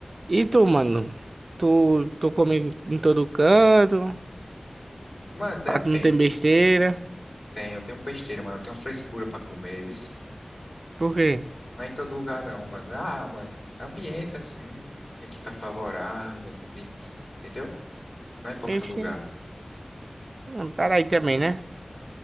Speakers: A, on the right; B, on the left.
A: E tu, mano? Tu, tu come em todo canto?
B: Mano, depende.
A: Pra tu não tem besteira?
B: Tem, eu tenho besteira, mano. Eu tenho frescura pra comer, viu?
A: Por quê?
B: Não é em todo lugar, não, mano. Ah, mano, ambiente assim, tem que estar favorável, no climinha, entendeu? Não é em qualquer
A: Ixi.
B: lugar.
A: hum, Peraí também, né?